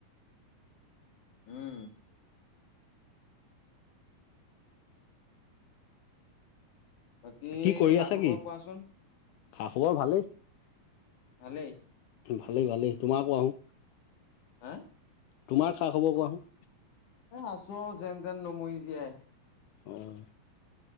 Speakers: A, on the left; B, on the left.
A: উম। বাকী
B: কি কৰি
A: খা
B: আছা
A: খবৰ
B: কি?
A: কোৱাচোন।
B: খা খবৰ ভালেই।
A: ভালেই।
B: ভালেই, ভালেই। তোমাৰ কোৱাচোন।
A: হা
B: তোমাৰ খা খবৰ কোৱাচোন।
A: এ আছো আৰু যেন তেন নমৰি জীয়াই।
B: অহ।